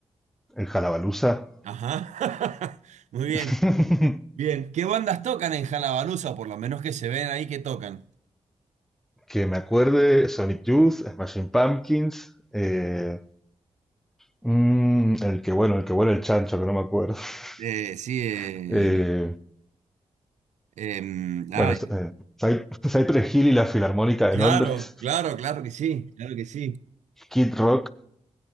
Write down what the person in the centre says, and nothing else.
el Jalabalusa,
<laughs>
que me acuerde, Sonic Youth, Smashing Pumpkins, eh, mm, el que bueno, el que bueno, el chancho, que no me acuerdo. <laughs>
Eh,
bueno, es- eh, Cy- <laughs> Cypress Hill y la Filarmónica de
Londres,
Kid Rock,